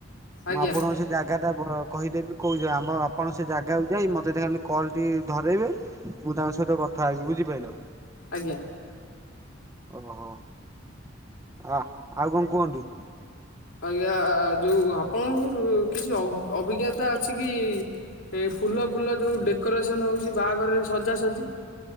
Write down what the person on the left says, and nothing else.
ଆଜ୍ଞା
ଆଜ୍ଞା।
ଆଜ୍ଞା, ଯୋଉଁ ଆପଣଙ୍କ କିଛି ଅଭ ଅଭିଜ୍ଞତା ଅଛି କି? ଏଇ ଫୁଲ, ଫୁଲ ଯେଉଁ ଡେକୋରେସନ୍ ହେଉଚି ବାହାଘରରେ ସଜାସଜି।